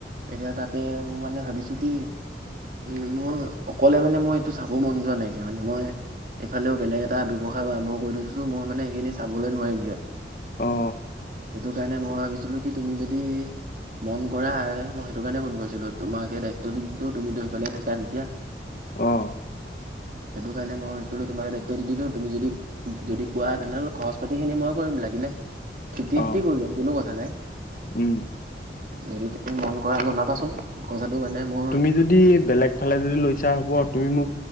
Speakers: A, on the right; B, on the left.
A: এতিয়া তাতে মই মানে ভাবিছো কি উম, মোৰ অকলে মানে মই এইটো চাব মন যোৱা নাই যে মানে মই এইফালেও বেলেগ এটা ব্যৱসায় আৰম্ভ কৰি থৈছো, মানে সেইখিন চাবলৈ নোৱাৰিমগৈ।
B: অ
A: সেইটো কাৰণে মই ভাবিছিলো কি তুমি যদি মন কৰা মই সেইটো কাৰণে ফোন কৰিছিলো, তোমাকে দায়িত্বটো দি দিও তুমি ধৈ পেলাই থাকা যেতিয়া।
B: অ',
A: সেইটো কাৰণে মই ভাবিছিলো তোমাকে দায়িত্বটো দি দিও তুমি যদি যদি কোৱা হয় তেনেহলে খৰচ পাতিখিনি মই কৰিম লাগিলে। ফিফটি-ফিফটি
B: অ
A: কৰি ল'ম, কোনো কথা নাই।
B: উম
A: যদি তুমি মন কৰা জনাবাচোন কথাটো মানে মোৰ
B: তুমি যদি বেলেগ ফালে যদি লৈছা হ'ব তুমি মোক